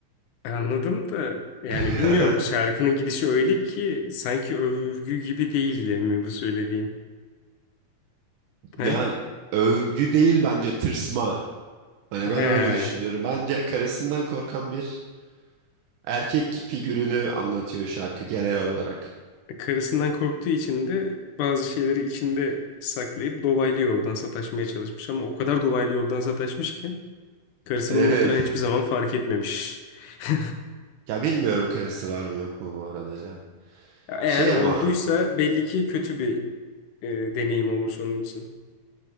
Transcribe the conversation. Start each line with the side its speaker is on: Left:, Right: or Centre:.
Left: Anladım da yani
Right: <laughs>
Left: bilmiyorum şarkının gidişi öyle ki sanki övgü gibi değildi mi bu söylediğin?
Right: Ya
Left: He?
Right: övgü değil bence tırsma. Hani
Left: He.
Right: ben öyle düşünüyorum. Bence karısından korkan bir erkek figürünü anlatıyor şarkı genel olarak.
Left: Karısından korktuğu için de bazı şeyleri içinde saklayıp dolaylı yoldan sataşmaya çalışmış. Ama o kadar dolaylı yoldan sataşmış ki karısı
Right: Evet.
Left: bunu muhtemelen hiçbir zaman fark etmemiş. <laughs>
Right: Ya bilmiyorum karısı var mı yok mu bu arada ya.
Left: Eğer
Right: Şey
Left: olduysa
Right: ama
Left: belli ki kötü bir e, deneyim olmuş onun için.